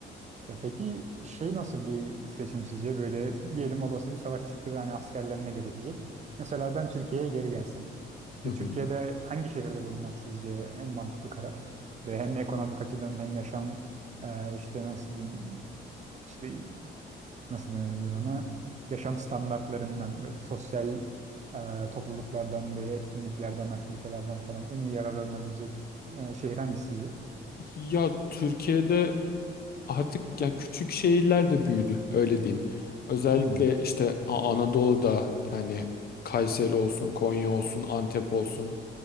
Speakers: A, on the right; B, on the left.
A: Ya peki şey nasıl bir seçim sizce? Böyle diyelim olası bir savaş çıktı ve hani askerlenme gerekecek. Mesela ben Türkiye'ye geri gelsin. İşte
B: Hı hı.
A: Türkiye'de hangi şehirde bulunmak sizce en mantıklı karar? Ve hem ekonomik açıdan hem yaşam e, işte nasıl diyeyim işte nasıl denebilir ona? Yaşam standartlarından, böyle sosyal e, topluluklardan, böyle etkinliklerden, aktivitelerden falan en iyi yararlanabilecek e, şehir hangisi sizce?
B: Ya Türkiye'de artık ya küçük şehirler de büyüdü öyle diyeyim. Özellikle
A: Hmm.
B: işte A- Anadolu'da yani Kayseri olsun, Konya olsun, Antep olsun.